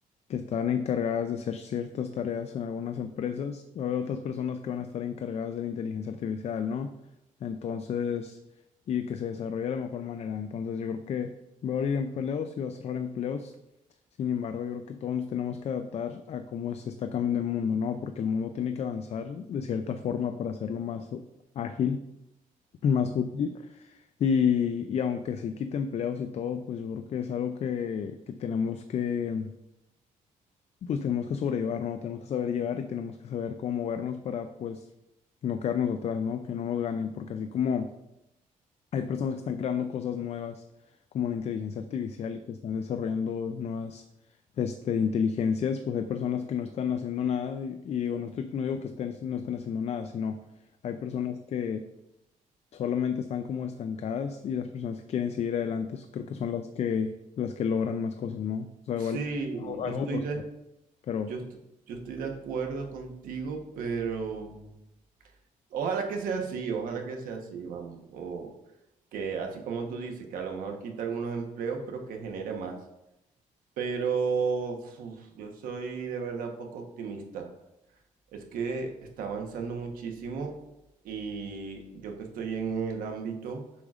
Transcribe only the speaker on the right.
Sí,
yo
estoy
de,
yo, est- yo estoy de acuerdo contigo, pero mm, ojalá que sea así, ojalá que sea así, vamos. O que así como tú dices, que a lo mejor quita algunos empleos, pero que genere más. Pero uf, yo soy de verdad poco optimista. Es que está avanzando muchísimo y yo que estoy en el ámbito,